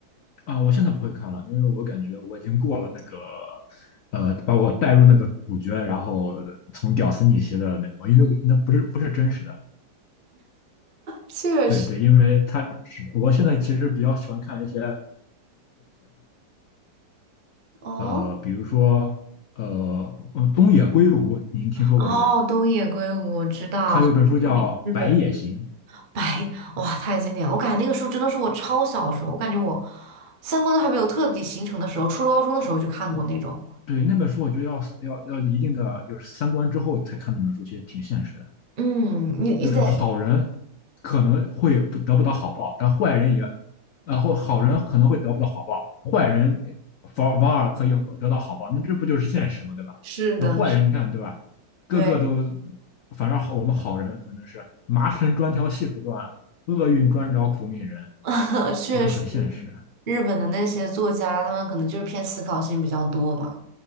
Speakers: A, on the left (about 90°); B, on the right (about 40°).
A: 啊，我现在不会看了，因为我感觉我已经过了那个，呃，把我带入那个主角，然后从屌丝逆袭的那个，我因为那不是不是真实的。
B: 确实，
A: 对对，因为他是我现在其实比较喜欢看一些，
B: 哦
A: 呃，比如说呃呃东野圭吾，您听说过这个人吗？
B: 哦，东野圭吾，我知道，
A: 他有一本书叫《白夜行》。
B: 很有名日本。白，哇，太经典了！我感觉那个书真的是我超小时候，我感觉我三观都还没有彻底形成的时候，初中高中的时候就看过那种。
A: 对，那本书我觉得要要要一定的就是三观之后才看那本书，其实挺现实的。
B: 嗯，你你得
A: 就是好人可能会不得不到好报，但坏人也，然后好人可能会得不到好报，坏人反而反而可以得到好报，那这不就是现实吗？
B: <laughs>
A: 对吧？
B: 是的，
A: 那坏人你看对吧，
B: 是，
A: 个个都，
B: 对，
A: 反正好我们好人可能是麻绳专挑细处断，厄运专找苦命人，
B: <laughs> 确实，
A: 就是很现实。
B: 日本的那些作家，他们可能就是偏思考性比较多嘛，